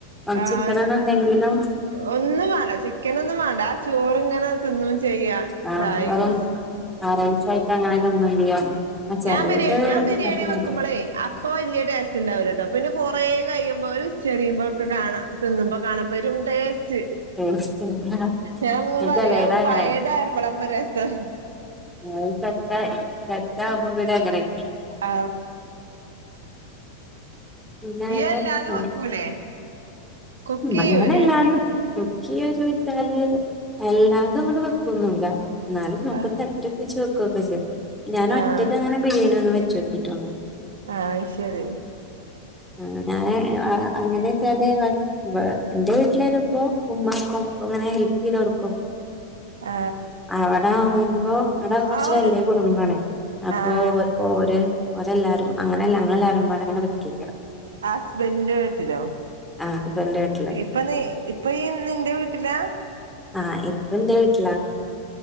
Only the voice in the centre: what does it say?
വംസിക്കണന്നുണ്ടെങ്കിലും
ആ
വെറും
ആ റൈസ് ആയിട്ട് അങ്ങനെ തിന്നും ചെയ്യാം ചെലത്
ആ
ടേസ്റ്റ്
ചെലത് അങ്ങനെ
അത് സത്ത സത്താവുമ്പോ പിന്നങ്ങനെ
ഇങ്ങനക്കെ
പോണ്
അങ്ങനെല്ലാതും കുക്ക് യ്യോ ചോദിച്ചാല് എല്ലാതും അങ്ങോട് വെക്കൊന്നും ല്ല എന്നാലും ഒക്കെ
തട്ടിപ്പിച്ച് വെക്കുവൊക്കെ ചെയ്യും ഞാൻ ഒറ്റക്ക്
അങ്ങനെ ബിരിയാണി ഒന്നും വയ് ചൊക്കീട്ടൊന്നും
ആ ഞാൻ അ അങ്ങനെ ച്ചാല് പ എന്റെ വീട്ടിൽ വരുമ്പോ ഉമ്മാക്കും അപ്പൊ അങ്ങനെ ഹെൽപ് ചെയ്തോടുക്കും.
അവിടെ ആവുമ്പോ അവിടെ കുറച്ച്
വലിയ കുടുംബാണേ അപ്പൊ
ഓ ഓര് അതെല്ലാരും അങ്ങനെല്ല അങ്ങളെല്ലാരും ഉമ്മാനെ കൊണ്ടാ വെക്കിക്കണ്
ആ ഹസ്ബൻഡ് വീട്ടില്
ആ ഇപ്പ എന്റെ വീട്ടിലാ